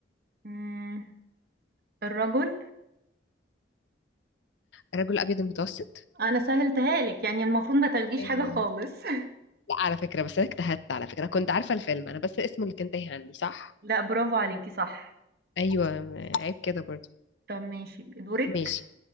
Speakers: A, on the right; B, on the left.
A: امم الرجل
B: الرجل الابيض المتوسط
A: انا سهلتها لك يعني المفروض ما تاخديش
B: ايوه
A: حاجة خالص
B: لا على فكرة بس انا اجتهدت على فكرة كنت عارفة الفيلم انا بس اسمه اللي كان تايه عني صح
A: <laughs> لا برافو عليكي صح
B: ايوه م- عيب كده برضو
A: طب ماشي دورك
B: ماشي